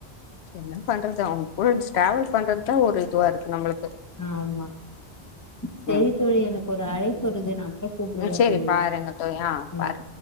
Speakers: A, on the left; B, on the left.
A: என்ன பண்றது அவுங்க கூட டிராவல் பண்றது தா ஒரு இதுவா இருக்கு நம்மளுக்கு
B: ஆமா சரி
A: ம்
B: தோழி எனக்கு ஒரு அழைப்பு வருது நா அப்புற கூப்பிடுவா
A: சேரி
B: தோழி
A: பாருங்க தோழி ஆ பாருங்க
B: ம்